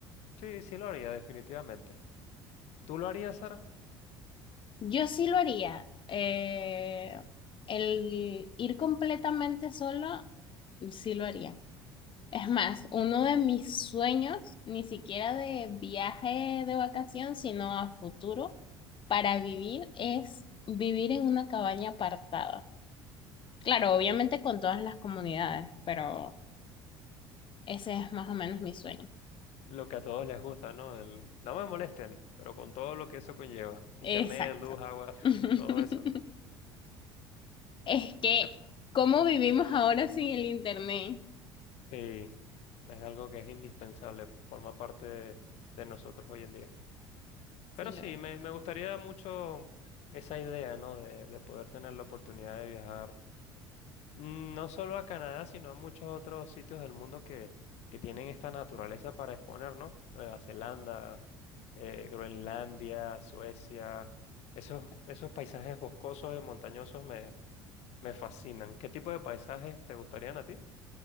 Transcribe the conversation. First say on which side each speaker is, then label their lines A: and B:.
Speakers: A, on the left; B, on the left.
A: Sí, sí lo haría, definitivamente. ¿Tú lo harías, Sara?
B: Yo sí lo haría. Eh, el ir completamente solo, sí lo haría. Es más, uno de mis sueños, ni siquiera de viaje de vacación, sino a futuro, para vivir es vivir en una cabaña apartada. Claro, obviamente con todas las comunidades, pero ese es más o menos mi sueño.
A: Lo que a todos les gusta, ¿no? El, no me molesten, pero con todo lo que eso conlleva. Internet,
B: Exacto.
A: luz, agua,
B: <laughs>
A: <laughs> todo eso.
B: Es que,
A: Yep.
B: ¿cómo vivimos ahora sin el internet?
A: Sí, es algo que es indispensable, forma parte de, de nosotros hoy en día.
B: Sí
A: Pero
B: lo
A: sí,
B: es.
A: me, me gustaría mucho esa idea, ¿no? De, de poder tener la oportunidad de viajar Mm, No solo a Canadá, sino a muchos otros sitios del mundo que, que tienen esta naturaleza para exponer, ¿no? Nueva Zelanda, eh, Groenlandia, Suecia. Esos, esos paisajes boscosos y montañosos me, me fascinan. ¿Qué tipo de paisajes te gustarían a ti?